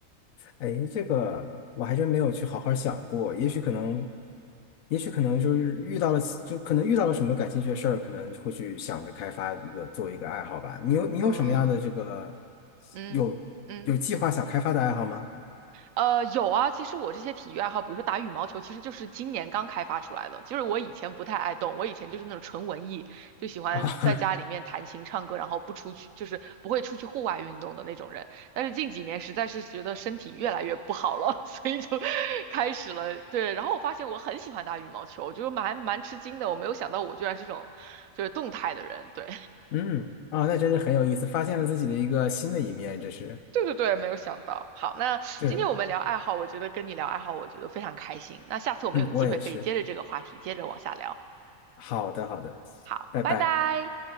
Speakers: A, on the left (about 85°); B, on the right (about 80°).
A: 哎，这个我还真没有去好好想过，也许可能，也许可能就是遇到了，就可能遇到了什么感兴趣的事儿，可能会去想着开发一个做一个爱好吧。你有你有什么样的这个
B: 嗯嗯嗯。
A: 有有计划想开发的爱好吗？
B: 呃，有啊，其实我这些体育爱好，比如说打羽毛球，其实就是今年刚开发出来的。就是我以前不太爱动，我以前就是那种纯文艺，就喜欢在家里面弹琴唱歌，
A: 啊，
B: 然后不出去，就是不会出去户外运动的那种人。但是近几年实在是觉得身体越来越不好了，<laughs> 所以就开始了。对，然后我发现我很喜欢打羽毛球，我就蛮蛮吃惊的，我没有想到我居然是这种就是动态的人。对，
A: <laughs> 嗯，啊，那真是很有意思，发现了自己的一个新的一面，这是。
B: 对对对，没有想到。好，那今天我们聊爱好，
A: 对，
B: 我觉得跟你聊爱好，我觉得非常开心。那下次我们有机会可以接着这个话题，
A: 嗯，我也是。
B: 接着往下聊。
A: 好的，好的，
B: 好，
A: 拜拜。
B: 拜拜。